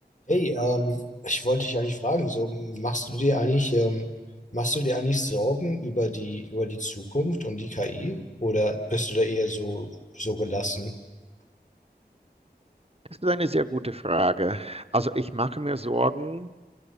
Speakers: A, on the left (about 45°); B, on the right (about 35°).
A: Hey, ähm, ich wollte dich eigentlich fragen, so machst du dir eigentlich, ähm, machst du dir eigentlich Sorgen über die, über die Zukunft und die KI? Oder bist du da eher so, so gelassen?
B: Das ist eine sehr gute Frage. Also ich mache mir Sorgen